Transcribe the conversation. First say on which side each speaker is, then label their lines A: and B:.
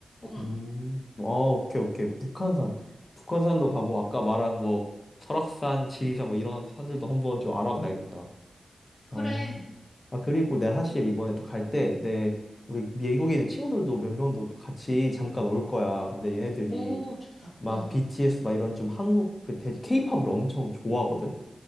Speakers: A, on the left (about 55°); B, on the left (about 35°).
A: 응,
B: 음, 아, 오케이, 오케이. 북한산. 북한산도 가보고, 아까 말한 뭐, 설악산, 지리산 뭐 이런 산들도 한번 좀 알아봐야겠다.
A: 그래.
B: 어. 아, 그리고 내가 사실 이번에 또 갈 때, 내, 우리 미국에 있는 친구들도 몇 명도 또 같이 잠깐 올 거야. 근데 얘네들이
A: 오, 좋다.
B: 막
A: 어.
B: BTS 막 이런 좀 한국 그 대, o 팝을 엄청 좋아하거든?